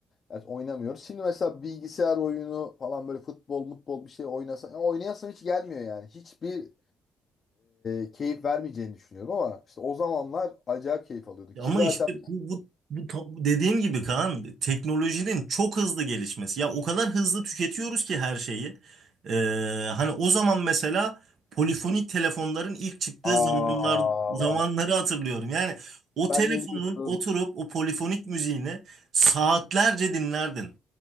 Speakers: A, on the left (about 45°); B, on the right (about 60°).
A: yani oynamıyoruz. Şimdi mesela bilgisayar oyunu falan böyle futbol, mutbol bir şey oynasam ya oynayasım hiç gelmiyor yani. Hiçbir e, keyif vermeyeceğini düşünüyorum ama işte o zamanlar acayip keyif alıyordu. Ki
B: Ama
A: zaten
B: işte bu, bu, bu ta- bu dediğim gibi Kaan teknolojinin çok hızlı gelişmesi. Ya o kadar hızlı tüketiyoruz ki her şeyi. Ee, hani o zaman mesela polifonik telefonların ilk çıktığı
A: Aa,
B: zamanlar zamanları hatırlıyorum. Yani o telefonun
A: sen ne diyorsun?
B: oturup o polifonik müziğini saatlerce dinlerdin.